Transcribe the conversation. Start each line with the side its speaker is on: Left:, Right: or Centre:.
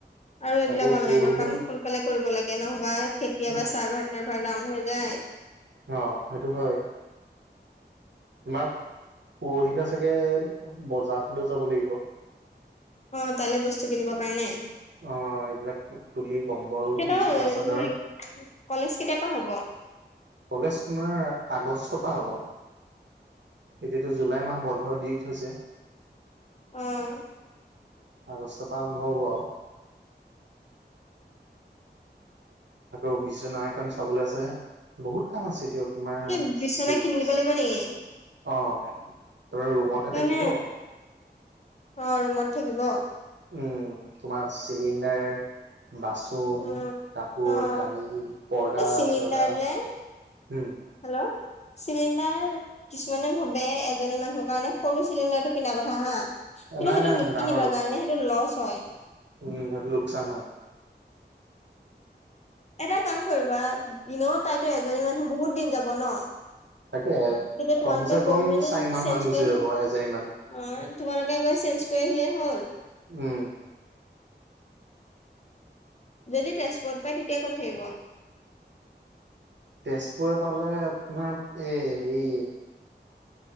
Left: আৰু এইবিলাক
Right: আকৌ
Left: অনলাইনৰ
Right: পৰহিলে
Left: কাম সোনকালে কৰিব লাগে। নহ'বা কেতিয়াবা
Right: উম
Left: চাৰ্ভাৰ-টাৰ্ভাৰ ডাউন হৈ যায়।
Right: অ, সেইটো হয়। তোমাৰ পৰহিলে চাগে বজাৰ ফালেও যাব লাগিব।
Left: অ, তালে বস্তু কিনিব কাৰণে?
Right: অ, এইবিলাক তুলি, কম্বল,
Left: সিহঁতৰ
Right: বিচনা চাদৰ
Left: হেৰি কলেজ কেতিয়া পা হ'ব?
Right: কলেজ তোমাৰ আগষ্ট পা হ'ব। এতিয়াতো জুলাই মাহ বন্ধ দি থৈছে।
Left: উম।
Right: আগষ্ট পা আৰম্ভ হ'ব আও। আকৌ বিচনা এখন চাবলে আছে। বহুত কাম আছে এতিয়াওঁ। তোমাৰ
Left: কি
Right: <unintelligible>
Left: বিচনা কিনি দিব লাগিব নেকি?
Right: অ, তোমাৰ ৰুমতহে
Left: মানে
Right: থাকিব।
Left: অ, ৰুমত থাকিব?
Right: উম, তোমাৰ চিলিণ্ডাৰ বাচ চোন,
Left: উম।
Right: কাপোৰ-কানি,
Left: অ',
Right: পৰ্দা-চৰ্দা,
Left: এই চিলিণ্ডাৰ
Right: হু।
Left: যে হেল্ল'। চিলিণ্ডাৰ কিছুমানে ভাবে এজনী মানুহৰ কাৰণে সৰু চিলিণ্ডাৰটো কিনা কথা হা। কিন্তু
Right: নাই
Left: সেইটো
Right: নাই
Left: নিকিনিবা
Right: ডাঙৰটো
Left: জানানে সেইটো লছ হয়।
Right: উম, হেটো লোকচান হয়।
Left: এটা কাম কৰিবা, ইনেওঁ তাইতো এজনী মানুহ বহুত দিন যাব ন।
Right: তাকে
Left: তেতিয়া
Right: কমচে
Left: তোমালোকে
Right: কম
Left: গৈ মেলি
Right: চাৰি মাহমান
Left: চেঞ্জ
Right: গুচি
Left: কৰি আহি
Right: যাব এজনী মানুহৰ।
Left: অ, তোমালোকে গৈ চেঞ্জ কৰি আহিলেই হ'ল।
Right: উম।
Left: যদি তেজপুৰত পাই তেতিয়া ক'ত থাকিব?
Right: তেজপুৰ পালে আপোনাৰ এ হেৰি